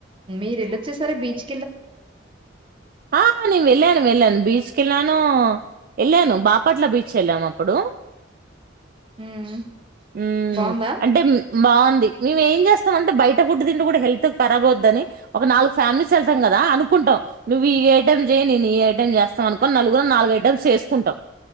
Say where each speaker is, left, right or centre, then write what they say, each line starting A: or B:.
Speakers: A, on the right; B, on the right.
A: మీరు ఎళ్ళోచ్చేసారా బీచ్
B: ఆ నేను వెళ్లాను వెళ్లాను బీచ్ కెళ్ళాను ఎళ్ళాను బాపట్ల బీచ్ ఎళ్ళాము అప్పుడు
A: హ్మ్
B: ఉమ్మ్
A: బావుందా
B: అంటే బాన్ ది. మేము ఏం చేస్తాం అంటె బయట ఫుడ్ తినుడు కూడా హెల్త్ కరాబ్ అవుద్దని ఒక నాలుగు ఫ్యామిలీస్ వెళ్తం కదా అనుకుంటాం నువ్వు ఈ ఐటం చెయ్ నేను ఈ ఐటం చేస్తాం అనుకోని నలుగురు నాలుగు ఐటమ్స్ చేసుకుంటం